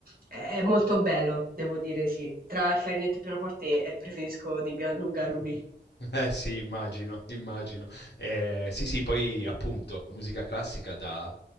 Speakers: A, on the right; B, on the left.
A: è è molto bello, devo dire sì. Tra il clarinetto e il pianoforte eh, preferisco di gran lunga lui.
B: <laughs> Eh sì, immagino, immagino. Eh, sì, sì, poi appunto, musica classica da